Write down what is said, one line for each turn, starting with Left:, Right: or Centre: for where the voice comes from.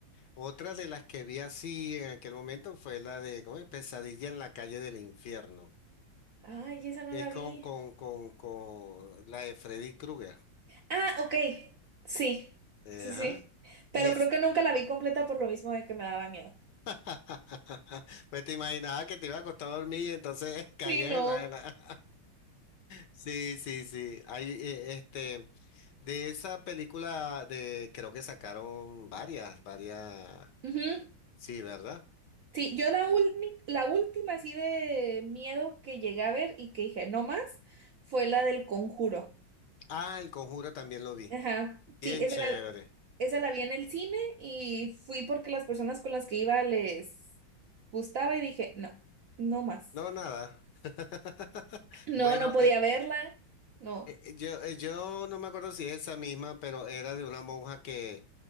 Left: Otra de las que vi así en aquel momento fue la de, ¿cómo es? Pesadilla en la calle del infierno,
Right: Ay, esa no
Left: que
Right: la
Left: es con,
Right: vi.
Left: con, con, con la de Freddy Krueger.
Right: Ah, ok. Sí,
Left: Ajá.
Right: sí, sí. Pero
Left: Y es-
Right: creo que nunca la vi completa por lo mismo de que me daba miedo.
Left: <laughs> pues te imaginaba que te iba a costar dormir y entonces <laughs> caían
Right: Sí, no.
Left: en la... en la- Sí, sí, sí. Hay, eh, este, de esa película de, creo que sacaron varias, varias.
Right: Ujú.
Left: Sí, ¿verdad?
Right: Sí, yo la, ulni- la última así de miedo que llegué a ver y que dije, no más, fue la del Conjuro.
Left: Ah, El Conjuro también lo vi.
Right: Ajá.
Left: Bien
Right: Sí, esa
Left: chévere.
Right: la, esa la vi en el cine y fui porque las personas con las que iba les gustaba y dije, no, no más.
Left: No, nada. <laughs>
Right: No,
Left: Bueno,
Right: no podía
Left: eh,
Right: verla. No.
Left: eh, yo, eh, yo no me acuerdo si es esa misma, pero era de una monja que,